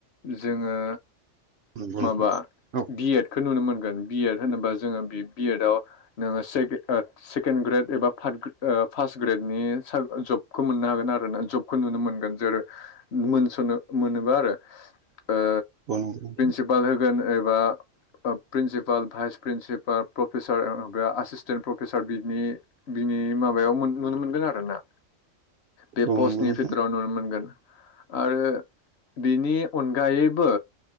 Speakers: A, on the left; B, on the right.
A: जोंङो
B: नंगौ
A: माबा
B: नोंथां औ
A: बि एदखौ नुनो मोनगोन बि एड होनोबा जोंङो बि बि एडआव नोंङो से सेकेणड ग्रेड एबा फार्ड ग्रेड फार्स्ट ग्रेड नि जबखौ मोननो हागोन आरो ना जब खौ नुनो मोनगोन जेरै मोनसनो मोनोबा आरो ओ
B: औ नंगौ नोंथां
A: <unintelligible> होगोन एबा principal vice principal professor <unintelligible> assistant professor बिनि बिनि माबायाव नुनो मोनगोन आरोना बे
B: औ
A: पस्टनि
B: नंगौ नोंथां
A: बिथोराव नुनो मोनगोन आरो बिनि अनगायैबो